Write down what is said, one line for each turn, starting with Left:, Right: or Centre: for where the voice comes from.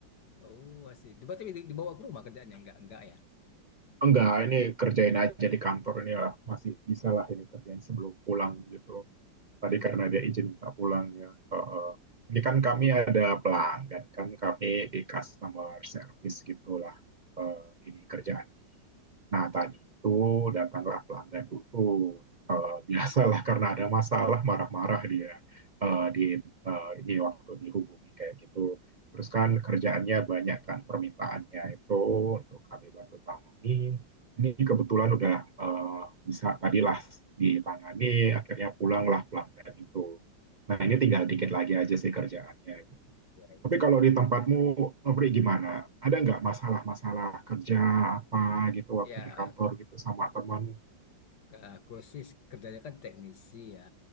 Left: Oh asik. Di- Berarti di- dibawa ke rumah kerjanya? enggak enggak ya?
Right: Enggak, ini kerjain aja di kantor ini lah. Masih bisa lah ini kerjain sebelum pulang gitu. tadi
Left: Enak
Right: karena dia izin minta pulang ya. Heeh. Ini kan kami ada pelanggan kan kami di customer service gitulah eh, ini kerjaan. Nah tadi itu datanglah pelanggan itu eh, <laughs> biasalah karena ada masalah marah-marah dia eh, di eh, ini waktu dihubungi kayak gitu. Terus kan kerjaannya banyak kan permintaannya itu untuk kami bantu tangani ini kebetulan udah eh, bisa tadilah ditangani, akhirnya pulanglah pelanggan itu. Nah, ini tinggal dikit lagi aja sih kerjaannya. gitu.
Left: ya.
Right: Tapi kalau di tempatmu, Nobri gimana? Ada nggak masalah-masalah kerja apa gitu
Left: Ya
Right: waktu di kantor gitu sama teman?
Left: ke- aku sih kerjanya kan teknisi ya.